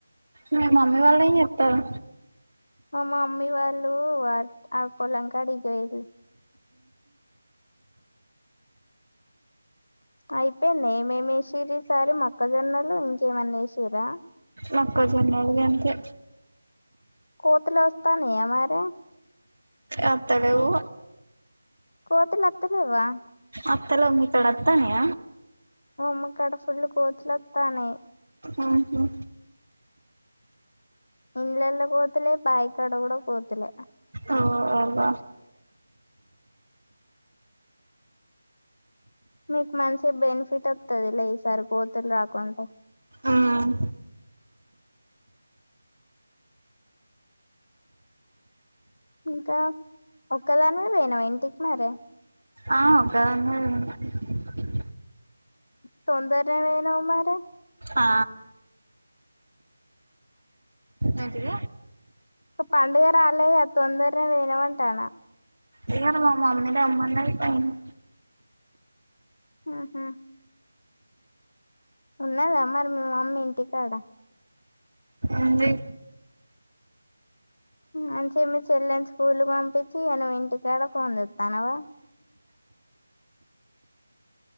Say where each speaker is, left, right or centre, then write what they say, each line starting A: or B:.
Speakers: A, on the right; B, on the left.
A: మీ మమ్మీ వాళ్ళ ఏం చేస్తారు
B: మా మా మమ్మీ వాళ్ళు ఆ పొలం కాడికి పోయిరు అయిపోయిందా ఏం ఏం వేసిరు ఈసారి మోక్కజొన్నలు ఇంకేమన్న వేసిరా
A: మక్కజొన్నలుగా అంతే
B: కోతిలు వస్తానయా మరి
A: ఎత్తలేవు
B: కోతులు వాథలేవా
A: అత్తలో మీ ఇక్కడ వత్తనయ
B: మా కాడ ఫుల్ కోతులు వాతానే
A: ఆహా
B: ఇళ్లలో కోతులే బైయి కాడా కూడా కోతులే
A: ఓ అవ్వ
B: మీకు మంచి బెనిఫిట్ వస్తదిలే ఈసారి కోతులు రాకుంటె
A: ఉమ్
B: ఇంకా ఒక్కదాని మీ పోయినాం ఇంటికి మరే
A: ఆ ఒక్కదానినే పోయిన
B: తొందరనే పోయినవు మరీ
A: ఆ ఏంటిది
B: పండుగా రాలే తొందరనే పోయినవ్ అంటన్న
A: ఇ మామ మమ్మీద అమ్మ అంద పైనా
B: ఆహా ఉన్నదా మరి మీ మమ్మీ ఇంటికాడ
A: ఏంది
B: అని చెమి చెల్లెని స్కూల్కి పంపించిే నువ్ ఇంటికాడ ఫోన్ తెస్తానవా